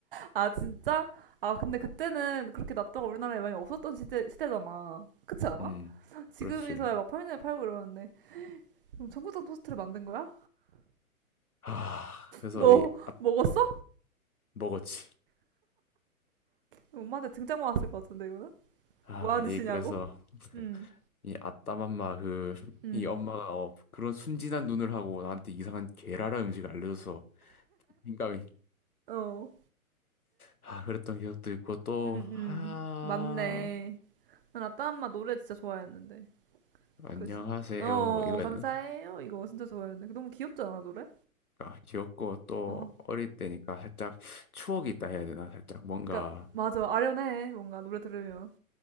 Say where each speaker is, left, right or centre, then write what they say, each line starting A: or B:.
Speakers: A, on the right; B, on the left.
A: 아, 진짜? 아, 근데 그때는
B: 어,
A: 그렇게 납도가 우리나라에 많이 없었던 시대, 시대잖아. 그렇지 않아?
B: 음,
A: 지금이서야
B: 그렇지.
A: 막 편의점에 팔고 이러는데. 그럼 청국장 토스트를 만든 거야?
B: 아, 그래서
A: 너
B: 이 아,
A: 먹었어?
B: 먹었지.
A: 엄마한테 등짝 맞았을 것 같은데 이거는
B: 아,
A: 뭐 하는
B: 이
A: 짓이냐고?
B: 그래서
A: 응,
B: 이 아따맘마 그
A: 응,
B: 이 엄마가 어, 그런 순진한 눈을 하고 나한테 이상한 괴랄한 음식을 알려줘서 민감히
A: 어,
B: 아 그랬던 기억도 있고 또
A: 응, 응,
B: 아
A: 맞네. 난 아따 엄마 노래 진짜 좋아했는데.
B: 안녕하세요
A: 그, 신- 어,
B: 뭐 이거였나?
A: 감사해요. 이거 진짜 좋아했는데. 그 너무 귀엽지 않아 노래?
B: 그러니까 귀엽고 또
A: 어,
B: 어릴 때니까 살짝 추억이 있다 해야 되나? 살짝 뭔가
A: 그러니까 맞아 아련해 뭔가 노래 들으면.